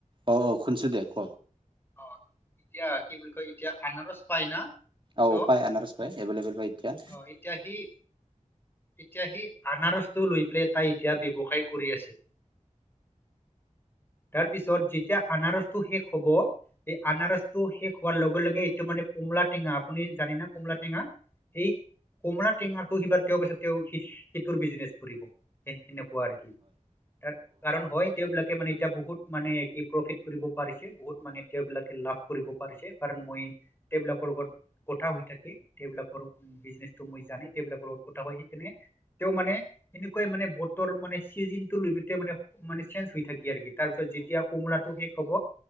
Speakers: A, on the right; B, on the left.
A: অঁ অ খোনছো দে ক
B: অ এতিয়া কি বুলি কয় এতিয়া আনাৰস পায় না
A: অহ
B: চ'
A: পাই আনাৰস পাই এবলেবল পায় এতিয়া
B: অ এতিয়া সি এতিয়া সি আনাৰসটো লৈ পেলাই তাই এতিয়া ব্যৱসায় কৰি আছিল তাৰপিছত যেতিয়া আনাৰসটো শেষ হ'ব এই আনাৰসটো শেষ হোৱাৰ লগে লগে এইটো মানে কমলা টেঙা আপুনি জানি না কমলা টেঙা? এই কমলা টেঙাৰটো তেওঁ কৈছে তেওঁ সিটোৰ বিজনেচ কৰিব। <unintelligible> কাৰণ হয় তেওঁবিলাকে মানে এতিয়া বহুত মানে কি প্ৰফিট কৰিব পাৰিছে, বহুত মানে এ তেওঁবিলাকে লাভ কৰিব পাৰিছে। কাৰণ মই তেওঁবিলাকৰ লগত কথা হৈ থাকে, এইবিলাকৰ বিজনেচটো মই জানে, সেইবিলাকৰ লগত হয় সেইকাৰণে তেওঁ মানে এনেকুৱাই মানে বতৰ মানে চিজনটো লৈ তেওঁ মানে মানে হৈ থাকে আৰু কি তাৰপিছত যেতিয়া কমলাটো শেষ হব